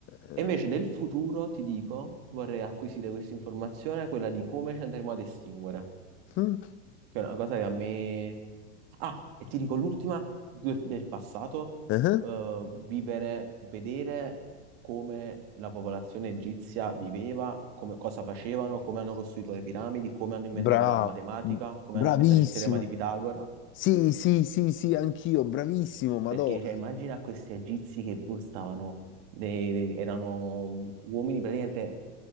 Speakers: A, on the left; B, on the right.
A: Eh,
B: E invece del futuro ti dico, vorrei acquisire questa informazione, quella di come ci andremo ad estinguere.
A: mm,
B: Che è una cosa che a me... Ah, e ti dico l'ultima del, del passato,
A: eh,
B: eh, vivere, vedere come la popolazione egizia viveva, come- cosa facevano, come hanno costruito le piramidi, come hanno inventato
A: bra-
B: la matematica,
A: mm,
B: come
A: bravissimo.
B: hanno inventato il teorema di Pitagora.
A: Sì, sì, sì, sì, anch'io, bravissimo, madò.
B: Perché cioè, immagina questi egizi che boh, stavano, ne- erano mhmm, uomini praticamente